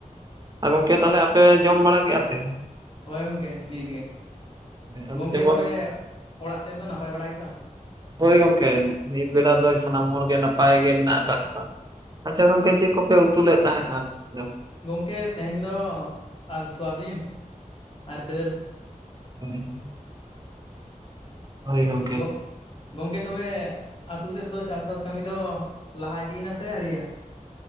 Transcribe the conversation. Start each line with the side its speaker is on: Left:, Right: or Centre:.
Right: ᱟᱨ ᱜᱚᱝᱠᱮ ᱛᱟᱦᱚᱞᱮ ᱟᱯᱮ ᱡᱚᱢ ᱵᱟᱲᱟ ᱠᱮᱜ-ᱟ ᱯᱮ?
Left: ᱦᱳᱭ ᱜᱚᱝᱠᱮ ᱱᱤᱛ ᱜᱮ
Right: ᱟᱫᱚ
Left: ᱜᱚᱝᱠᱮ
Right: ᱪᱮᱫ
Left: ᱛᱚᱵᱮ ᱚᱲᱟᱜ ᱥᱮᱫ ᱨᱮᱫᱚ ᱱᱟᱯᱟᱭ ᱵᱟᱲᱟ ᱜᱮᱛᱚ?
Right: ᱦᱳᱭ ᱜᱚᱝᱠᱮ ᱢᱤᱫ ᱵᱮᱲᱟ ᱫᱚ ᱥᱟᱱᱟᱢ ᱦᱚᱲ ᱜᱮ ᱱᱟᱯᱟᱭ ᱜᱮ ᱢᱮᱱᱟᱜ ᱟᱠᱟᱜ ᱠᱚᱣᱟ᱾ ᱟᱪᱪᱷᱟ ᱜᱚᱝᱠᱮ ᱪᱮᱜ ᱠᱚᱯᱮ ᱩᱛᱩ ᱞᱮᱫ ᱛᱟᱦᱮᱸᱜ-ᱟ ᱡᱚ?
Left: ᱜᱚᱝᱠᱮ ᱛᱮᱦᱮᱧ ᱫᱚ ᱟᱨ ᱥᱚᱣᱟᱵᱤᱱ ᱟᱨ ᱫᱟᱹᱞ᱾
Right: ᱦᱚᱸᱭ᱾ ᱦᱚᱭ ᱜᱚᱝᱠᱮ᱾
Left: ᱜᱚᱜ ᱜᱚᱝᱠᱮ ᱛᱚᱵᱮ ᱟᱛᱩ ᱥᱮᱫ ᱨᱮᱫᱚ ᱪᱟᱥ ᱵᱟᱥ ᱠᱟᱢᱤ ᱫᱚ ᱞᱟᱦᱟ ᱤᱫᱤ ᱭᱮᱱᱟ ᱥᱮ ᱟᱹᱣᱨᱤ ᱭᱟᱱ?